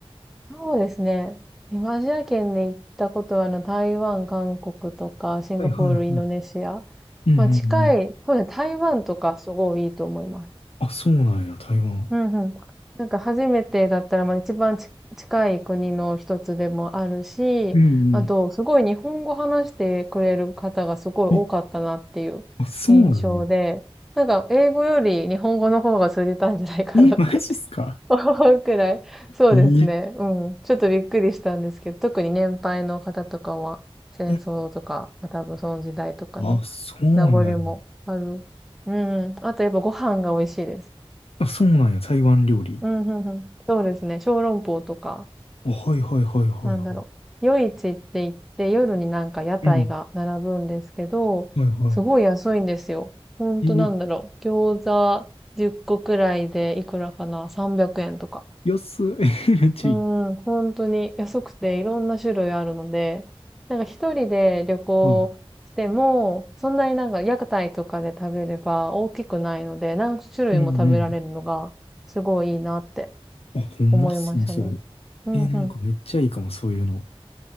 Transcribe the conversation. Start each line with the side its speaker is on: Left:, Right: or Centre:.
Centre: そうですね。東アジア圏で行ったことは、あの、台湾、韓国とか、シンガポール、
Left: はいはいはい。
Centre: インドネシア。
Left: うんうんうん。
Centre: まあ、近い、そうですね、台湾とかすごいいいと思います。
Left: あ、そうなんや、台湾。
Centre: うんうん。なんか初めてだったら、まあ、一番ち近い国の一つでもあるし、
Left: うんうん。
Centre: あと、すごい日本語話してくれる方がすごい多かったなっていう印象で、
Left: え、あ、そうなんや。
Centre: なんか、英語より日本語の方が通じたんじゃないかなって
Left: え、マジっすか
Centre: <laughs> くらい。そうですね。
Left: えー
Centre: うん。ちょっとびっくりしたんですけど、特に年配の方とかは、戦争とか、
Left: え
Centre: まあ多分その時代とかの
Left: あ、そうなんや。
Centre: 名残もある。うん。あとやっぱご飯が美味しいです。
Left: あ、そうなんや、台湾料理。
Centre: うん、うん、うん。そうですね。小籠包とか、
Left: あ、はいはいはいはいは
Centre: なんだろう。夜市って言って、夜になんか屋台が並ぶんですけど、
Left: い。うん。はいは
Centre: すごい安いんですよ。ほんとなんだろう。
Left: い。え
Centre: 餃子10個くらいでいくらかな ?300 円とか。
Left: 安い。<laughs> めっちゃいい。
Centre: うん、本当に安くていろんな種類あるので、なんか一人で旅行しても、
Left: はい。
Centre: そんなになんか屋台とかで食べれば大きくないので、何種類も食べられるのがすごいいいなって
Left: うんうん。あ、ほんまっすね、
Centre: 思いましたね。
Left: それ。
Centre: うんうん。
Left: えーなんかめっちゃいいかも、そういうの。